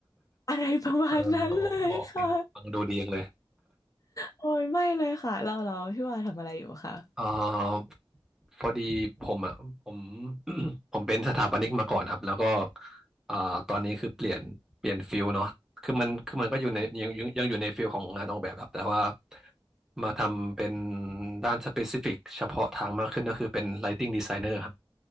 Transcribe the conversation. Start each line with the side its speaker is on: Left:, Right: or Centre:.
Left: อะไรประมาณนั้นเลยค่ะ
Centre: <laughs> เออโอโอเคฟังดูดีจังเลย
Left: โอ้ยไม่เลยค่ะเราเราพี่ว่าทำอะไรอยู่คะ
Centre: เอ่อพอดีผมอ่ะผม <clears throat> ผมเป็นสถาปนิกมาก่อนครับแล้วก็เอ่อตอนนี้คือเปลี่ยนเปลี่ยนฟิลเนาะคือมันคือมันก็อยู่ในยังยังยังอยู่ในฟิลของงานออกแบบครับแต่ว่ามาทำเป็นด้านสเปซิฟิกเฉพาะทางมากขึ้นก็คือเป็น Lighting Designer ครับ